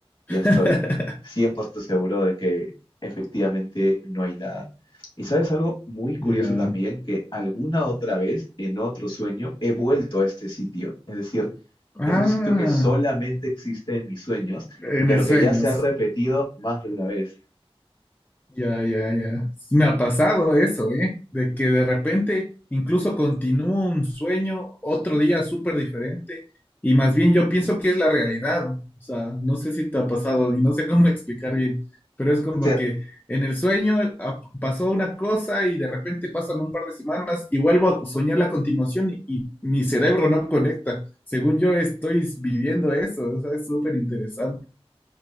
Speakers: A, on the left; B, on the left.
A: <laughs>
B: ya estoy 100% seguro de que efectivamente no hay nada. Y sabes algo muy curioso
A: Ya.
B: también, que alguna otra vez en otro sueño he vuelto a este sitio. Es decir,
A: Ah,
B: es un sitio que solamente existe en mis sueños,
A: en
B: pero
A: el sueño,
B: que ya se ha repetido más de una vez.
A: Ya, ya, ya. Sí, Me ha pasado eso, ¿eh? De que de repente incluso continúo un sueño otro día súper diferente y más bien yo pienso que es la realidad. ¿no? O sea, no sé si te ha pasado y no sé cómo <laughs> explicar bien, pero es como
B: O sea,
A: que en el sueño ah, pasó una cosa y de repente pasan un par de semanas y vuelvo a soñar la continuación y, y mi cerebro no conecta. Según yo estoy viviendo eso, o sea, es súper interesante.